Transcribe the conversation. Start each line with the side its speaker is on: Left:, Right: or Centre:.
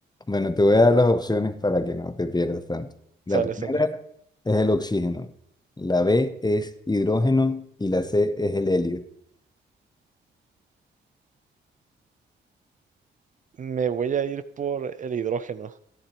Left: Bueno, te voy a dar las opciones para que no te pierdas tanto. La
Right: Sale,
Left: primera
Right: sale.
Left: es el oxígeno, la B es hidrógeno y la C es el helio.
Right: Me voy a ir por el hidrógeno.